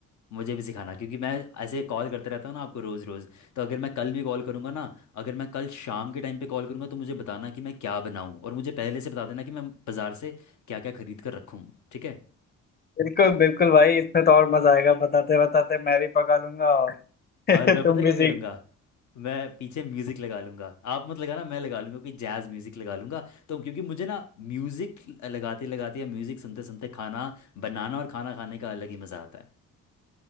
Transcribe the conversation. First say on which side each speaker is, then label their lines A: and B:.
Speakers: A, on the left; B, on the left.
A: मुझे भी सिखाना क्योंकि मैं ऐसे कॉल करते रहता हूँ ना आपको रोज़ रोज़ तो अगर मैं कल भी कॉल करूँगा ना अगर मैं कल शाम के टाइम पे कॉल करूँगा तो मुझे बताना कि मैं क्या बनाऊँ और मुझे पहले से बता देना कि मैं बाज़ार से क्या क्या खरीद कर रखूँ ठीक है
B: बिल्कुल बिल्कुल भाई इसमें तो और मजा आएगा बताते बताते मैं भी पका लूंगा और <laughs>
A: और मैं
B: तुम
A: पता है
B: भी
A: क्या
B: सीख
A: करूँगा मैं पीछे म्यूजिक लगा लूंगा आप मत लगाना मैं लगा लूंगा कोई जैज म्यूजिक लगा लूंगा तो क्योंकि मुझे ना म्यूजिक लगाते लगाते या म्यूजिक सुनते सुनते खाना बनाना और खाना खाने का अलग ही मजा आता है